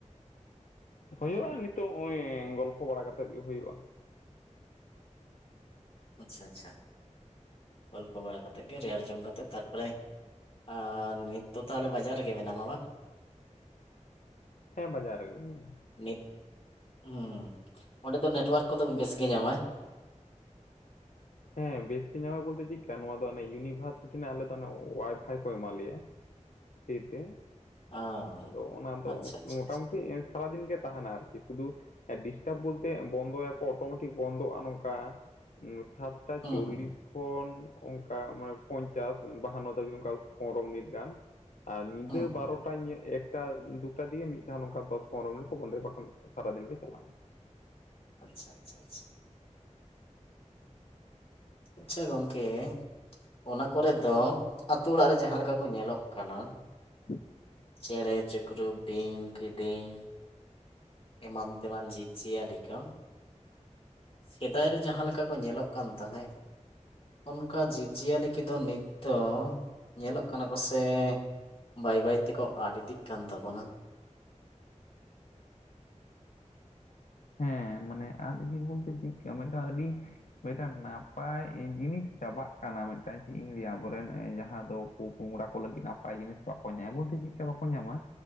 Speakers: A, on the left; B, on the left.
A: ᱦᱩᱭᱩᱜ-ᱟ ᱱᱤᱛᱚᱜ ᱚᱸᱭ ᱜᱚᱞᱯᱷᱚ ᱵᱟᱲᱟ ᱠᱟᱛᱮᱜ ᱜᱮ ᱦᱩᱭᱩᱜ-ᱟ᱾
B: ᱟᱪᱪᱷᱟ ᱟᱪᱪᱷᱟ ᱜᱚᱞᱯᱚ ᱵᱟᱲᱟ ᱠᱟᱛᱮᱜ ᱜᱮ ᱨᱮᱭᱟᱲ ᱡᱚᱢ ᱠᱟᱛᱮᱫ ᱛᱟᱨᱯᱚᱨᱮ ᱟᱨ ᱱᱤᱛ ᱫᱚ ᱛᱟᱦᱚᱞᱮ ᱵᱟᱡᱟᱨ ᱨᱮᱜᱮ ᱢᱮᱱᱟᱢᱟ ᱵᱟᱝ?
A: ᱦᱮᱸ ᱵᱟᱡᱟᱨ ᱨᱮᱜᱮ ᱢᱤᱱᱟᱹᱧᱟ᱾
B: ᱱᱤᱛ, ᱦᱩᱸ ᱚᱸᱰᱮ ᱫᱚ ᱱᱮᱴᱣᱚᱨᱠ ᱠᱚᱫᱚ ᱵᱮᱥ ᱜᱮ ᱧᱟᱢᱟᱭ?
A: ᱦᱮᱸ ᱵᱮᱥ ᱜᱮ ᱧᱟᱢᱟᱭ ᱵᱚᱞᱛᱮ ᱪᱤᱜ ᱠᱟ ᱱᱚᱣᱟ ᱫᱚ ᱚᱱᱮ ᱭᱩᱱᱤᱵᱷᱟᱨᱥᱤᱴᱤ‌ ᱱᱟᱜ ᱟᱞᱮ ᱫᱚ ᱦᱟᱱᱮ ᱣᱟᱭᱼᱯᱷᱟᱭ ᱠᱚ ᱮᱢᱟ ᱞᱮᱭᱟ᱾ ᱯᱷᱨᱤ ᱛᱮ,
B: ᱟᱸ
A: ᱟᱫᱚ ᱚᱱᱟ ᱫᱚ
B: ᱟᱪᱪᱷᱟ ᱟᱪᱪᱷᱟ
A: ᱢᱚᱴᱟ
B: ᱟᱪᱪᱷᱟ
A: ᱢᱩᱴᱤ ᱮᱱ ᱥᱟᱨᱟᱫᱤᱱ ᱜᱮ ᱛᱟᱦᱮᱱᱟ ᱟᱨᱠᱤ, ᱥᱩᱫᱩ ᱮ ᱰᱤᱥᱴᱟᱵᱽ ᱵᱚᱞᱛᱮ ᱵᱚᱱᱫᱚ ᱭᱟᱠᱚ ᱚᱴᱳᱢᱮᱴᱤᱠ ᱵᱚᱱᱫᱚᱜᱼᱟ ᱱᱚᱝᱠᱟ ᱩᱸ ᱥᱟᱛᱴᱟ
B: ᱦᱩᱸ
A: ᱪᱩᱞᱞᱤᱥ᱾
B: ᱦᱩᱸ
A: ᱠᱚᱱ ᱚᱱᱠᱟ ᱢᱟᱱᱮ ᱯᱚᱧᱪᱟᱥ ᱮ ᱵᱟᱦᱟᱱᱱᱚ ᱫᱷᱟᱹᱵᱤᱡ ᱚᱱᱠᱟ ᱯᱚᱱᱨᱚ ᱢᱤᱱᱤᱴ ᱜᱟᱱ᱾ ᱟᱨ ᱧᱤᱫᱟᱹ
B: ᱦᱩᱸ ᱦᱩᱸ
A: ᱵᱟᱨᱚᱴᱟ ᱴᱟ ‌ᱧᱮ ‌ᱮᱠᱴᱟ ᱫᱩᱴᱟ ᱫᱤᱭᱮ ᱢᱤᱫ ᱫᱷᱟᱣ ᱱᱚᱝᱠᱟ ᱫᱚᱥ ᱯᱚᱱᱨᱚ ᱢᱤᱱᱤᱴ ᱠᱚ ᱵᱚᱱᱫᱚᱭᱟ ᱵᱟᱠᱷᱟᱱ ᱥᱟᱨᱟ ᱫᱤᱱ ᱜᱮ ᱪᱟᱞᱟᱜ-ᱟ᱾
B: ᱟᱪᱪᱷᱟ ᱟᱪᱷᱟ ᱟᱪᱪᱷᱟ᱾ ᱟᱪᱪᱷᱟ ᱜᱚᱝᱠᱮ ᱚᱱᱟ ᱠᱚᱨᱮᱫ ᱫᱚ ᱟᱛᱩ ᱚᱲᱟᱜ ᱨᱮ ᱡᱟᱦᱟᱸ ᱞᱮᱠᱟ ᱠᱚ ᱧᱮᱞᱚᱜ ᱠᱟᱱᱟ᱾
A: <inaudible>
B: ᱪᱮᱬᱮ ᱪᱤᱠᱨᱩ ᱵᱤᱧ, ᱠᱤᱫᱤᱧ᱾ ᱮᱢᱟᱱ ᱛᱮᱢᱟᱱ ᱡᱤᱵᱽ ᱡᱤᱭᱟᱹᱞᱤ ᱠᱚ᱾ ᱥᱮᱫᱟᱭ ᱨᱮ ᱡᱟᱦᱟᱸ ᱞᱮᱠᱟ ᱠᱚ ᱧᱮᱞᱚᱜ ᱠᱟᱱ ᱛᱟᱦᱮᱸᱜ᱾ ᱚᱱᱠᱟ ᱡᱤᱵᱽᱼᱡᱤᱭᱟᱹᱞᱤ ᱠᱮᱫᱚ ᱱᱤᱛ ᱫᱚ ᱧᱮᱞᱚᱜ ᱠᱟᱱᱟ ᱠᱚ ᱥᱮ ᱵᱟᱭ ᱵᱟᱹᱭ ᱛᱮᱠᱚ ᱟᱫᱽ ᱤᱫᱤᱜ ᱠᱟᱱ ᱛᱟᱵᱚᱱᱟ᱾
A: ᱦᱮᱸ ᱢᱟᱱᱮ ᱟᱫ ᱤᱫᱤ ᱵᱩᱞᱛᱮ ᱪᱤᱫᱠᱟ ᱢᱤᱜᱴᱟ ᱟᱹᱰᱤᱼᱼ ᱢᱮᱫᱴᱟᱱ ᱱᱟᱯᱟᱭ ᱮᱸ ᱡᱤᱱᱤᱥ ᱪᱟᱵᱟᱜ ᱠᱟᱱᱟ ᱢᱤᱫᱴᱟᱝ ᱪᱮᱜ ᱤᱧ ᱞᱟᱹᱭᱟ ᱟᱵᱚᱨᱮᱱ ᱡᱟᱦᱟᱸ ᱫᱚ ᱯᱩ-ᱯᱚᱝᱜᱽᱲᱟ ᱠᱚ ᱞᱟᱹᱜᱤᱫ ᱱᱟᱯᱟᱭ ᱡᱤᱱᱤᱥ ᱠᱚ ᱵᱟᱠᱚ ᱧᱟᱢᱟ ᱵᱞᱞᱛᱮ ᱪᱤᱜᱠᱟ ᱵᱟᱠᱚ ᱧᱟᱢᱟ᱾